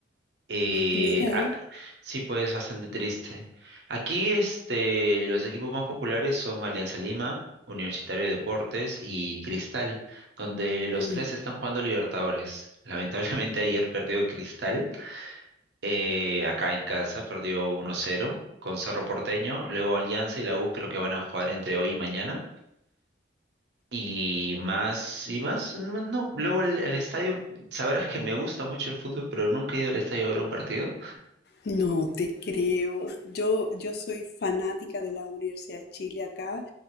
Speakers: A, on the right (about 60°); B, on the left (about 55°).
A: Eh,
B: mira.
A: ah, sí, pues bastante triste. Aquí este, los equipos más populares son Alianza Lima, Universitario de Deportes y Cristal, donde los
B: mm.
A: tres están jugando Libertadores. <laughs> Lamentablemente ayer perdió Cristal, eh, acá en casa perdió uno cero con Cerro Porteño, luego Alianza y la U creo que van a jugar entre hoy y mañana. Y más, y más, no, no, luego el, el estadio, sabrás que me gusta mucho el fútbol, pero nunca he ido al estadio a ver un partido.
B: No te creo. Yo, yo soy fanática de la Universidad de Chile acá